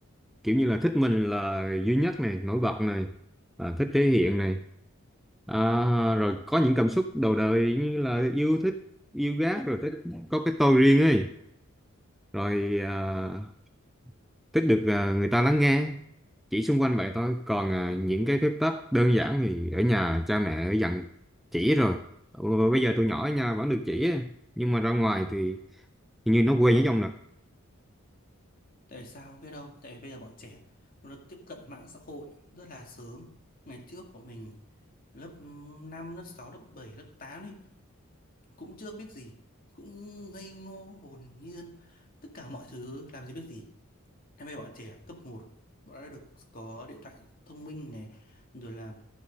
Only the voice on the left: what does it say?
Tại sao không biết không? Tại vì bây giờ bọn trẻ nó tiếp cận mạng xã hội rất là sớm. Ngày trước của mình lớp năm lớp 6 lớp 7 lớp 8 đi cũng chưa biết gì, cũng ngây ngô hồn nhiên, tất cả mọi thứ làm gì biết gì. Em bây giờ bọn trẻ cấp một, bọn đã được có điện thoại thông minh này rồi là